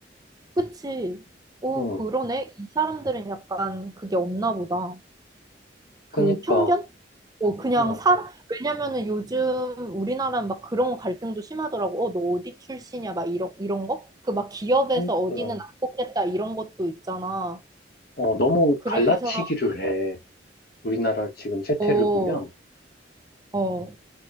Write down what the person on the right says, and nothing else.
그치. 오,
그러네. 이 사람들은 약간 그게 없나 보다. 그
편견? 어, 그냥
사람, 왜냐면은 요즘 우리나라는 막 그런 갈등도 심하더라고. 어, 너 어디 출신이야? 막 이런, 이런 거? 그 막 기업에서
어디는 안 뽑겠다 이런 것도 있잖아.
그래서,
어,
어,